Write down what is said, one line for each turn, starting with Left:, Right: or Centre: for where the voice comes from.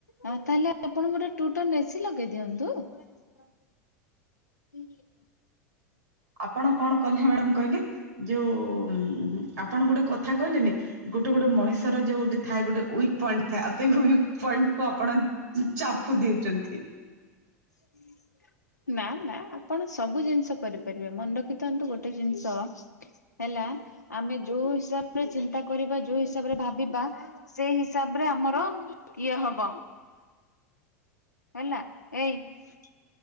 Left: ଆଉ ତାହଲେ ଆପଣ ଗୋଟେ ଟୁ ଟର୍ ଏସି ଲଗେଇ ଦିଅନ୍ତୁ। ସେୁ <unintelligible>
Right: ଆପଣ କଣ କଲେ ମ୍ୟାଡାମ କହିଲି ଯୋଉ ହୁଁ ଆପଣ ଗୋଟେ କଥା କହିଲେନି ଗୋଟେ ଗୋଟେ ମଣିଷର ଯଉ ଗୋଟେ ଥାଏ ଗୋଟେ ୱିକ୍ ପଏଣ୍ଟ <unintelligible> ୱିକ୍ ପଏଣ୍ଟ ଆପଣ ଚାପୁ ଦେଉଛନ୍ତି।
Left: ହୁଁ ନା ନା ଆପଣ ସବୁ ଜିନିଷ କରିପାରିବେ ମନେ ରଖିଥାନ୍ତୁ ଗୋଟେ ଜିନିଷ। ହେଲା ଆମେ ଯୋଉ ହିସାବରେ ଚିନ୍ତା କରିବା ଯୋଉ ହିସାବରେ ଭାବିବା ସେଇ ହିସାବ ରେ ଆମର ଇଏ ହବ। ହେଲା ଏଇୟ